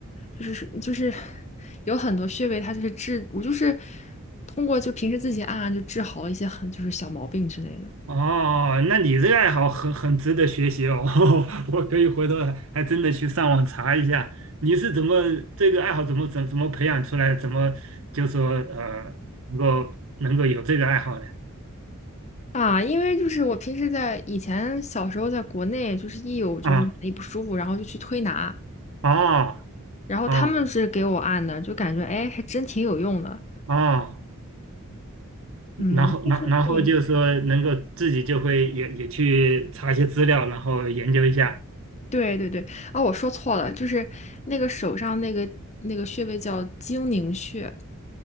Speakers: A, on the left; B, on the right.
A: 就是就是有很多穴位，它就是治，我就是通过就平时自己按按就治好了一些很就是小毛病之类的
B: 哦，那你这个爱好很很值得学习哦，<laughs> 我可以回头还真的去上网查一下，你是怎么这个爱好怎么怎怎么培养出来，怎么就说呃能够能够有这个爱好的
A: 啊。因为就是我平时在以前小时候在国内，就是一有就是哪里不舒服，
B: 啊？
A: 然后就去推拿，
B: 哦
A: 然后他们是给我按的，
B: 哦
A: 就感觉哎还真挺有用的，
B: 哦。
A: 嗯，
B: 然后，然然后就是说能够自己就会也也去查一些资料，
A: 就是对。
B: 然后研究一下。
A: 对对对，啊，我说错了，就是那个手上那个那个穴位叫睛宁穴，